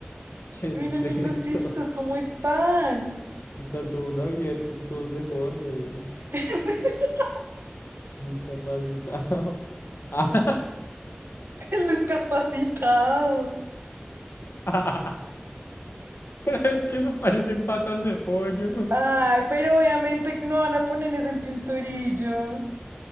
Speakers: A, on the left; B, on the right.
A: ¿Qué
B: Mírale
A: es
B: los piecitos
A: eso?
B: cómo están.
A: Están todos abiertos, todos deformes.
B: <laughs>
A: Discapacitado. <laughs> Ah,
B: El discapacitado.
A: <laughs> Es que eso parecen patas de pollo.
B: Ay, pero obviamente que no van a ponerles en pinturillo.